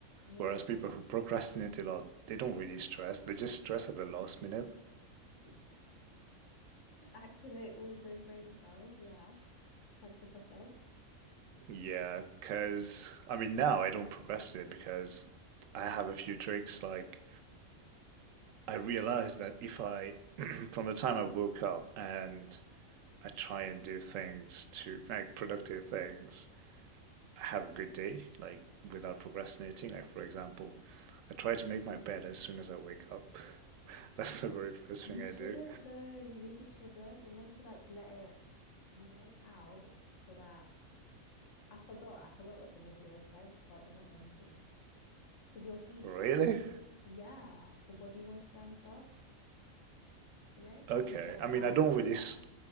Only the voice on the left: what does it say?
Yeah.
<laughs> Activate all those brain cells. Yeah, 100%.
You
shouldn't,
though. You really shouldn't. You're meant to like let it, you know, out so that I forgot. I forgot what the video said, but you're not meant to. Because your heat,
yeah, your body moisture and stuff, you know,
that's meant to like
die
in
the
air.